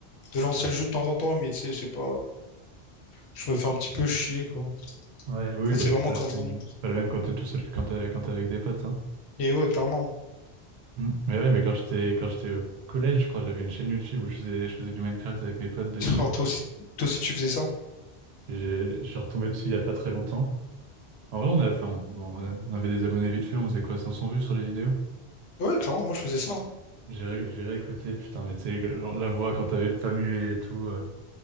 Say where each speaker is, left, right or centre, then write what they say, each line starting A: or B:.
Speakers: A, on the left; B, on the right.
A: de lancer le jeu de temps en temps, mais tu sais, c'est pas, je me fais un petit peu chier, quoi. En
B: Ouais, oui,
A: fait,
B: bah,
A: c'est
B: c'est
A: vraiment
B: pas
A: quand
B: la
A: je
B: même,
A: m'ennuie.
B: c'est pas la même quand t'es tout seul que quand t'es, quand t'es avec des potes, hein.
A: Et ouais, clairement.
B: Mm. Mais ouais, mais quand j'étais quand j'étais au collège, je crois, j'avais une chaîne YouTube où je faisais, je faisais du Minecraft avec mes potes dessus.
A: Oh, toi aussi, toi aussi, tu faisais ça?
B: J'ai, je suis retombé dessus il y a pas très longtemps. En vrai, on a, enfin, on, on avait des abonnés vite fait, on faisait quoi, 500 vues sur les vidéos?
A: Ouais, clairement, moi je faisais ça. hein.
B: J'ai ré- j'ai réécouté, putain, mais tu sais, genre, la voix quand t'avais pas mué et tout. euh,